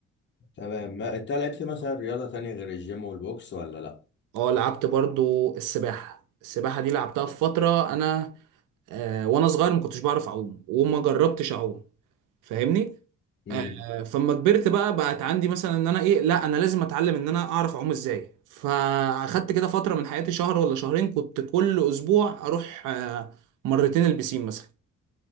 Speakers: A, on the left; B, on the right.
A: تمام ما انت لعبت مثلا رياضه تانية غير الجيم والبوكس ولا
B: اه لعبت برضو السباحه السباحه دي لعبتها في فتره انا آه وانا صغير ما كنتش بعرف اعوم وما جربتش اعوم فاهمني
A: لا
B: آه فما كبرت بقى بقت عندي مثلا ان انا ايه لا انا لازم اتعلم ان انا اعرف اعوم ازاي فاخدت كده فتره من حياتي شهر ولا شهرين كنت كل اسبوع اروح آه مرتين البسين مثلا